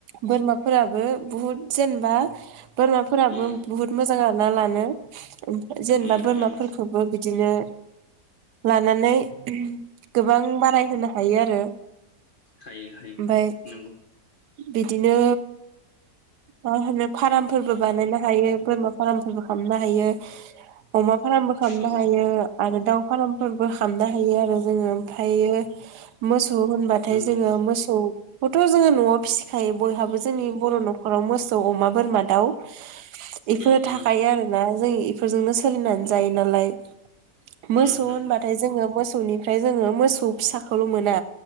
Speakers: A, on the right; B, on the left.
A: बोरमाफोराबो बहुद जेनेबा बोरमाफोराबो
B: उम
A: बुहुद मोजां आरोना लानो जेनेबा
B: उम
A: बोरमाफोरखौबो
B: उम
A: बिदिनो लानानै गोबां बाराय होनो हायो आरो
B: हायो हायो
A: ओमफाय
B: नंगौ
A: बिदिनो मा होनो फार्मफोरबो बानायनो हायो बोरमा फार्मफोरबो खालामनो हायो अमा फार्मबो खालामनो
B: औ
A: हायो आरो दाउ फार्मफोरबो खालामनो हायो आरो जोङो ओमफ्रायो मोसौ होनबाथाय
B: नंगौ
A: जोङो मोसौखौथ' जोङो न'आव फिसिखायो बयहाबो जोंनि बर' न'खराव मोसौ अमा बोरमा दाउ बेफोरो
B: उम
A: थाखायो
B: उम
A: आरोना जों इफोरजोंनो सोलिनानै जायो नालाय मोसौ
B: उम
A: होनबाथाय
B: उम
A: जोङो मोसौनिफ्राय जोङो मोसौ फिसाखौल' मोना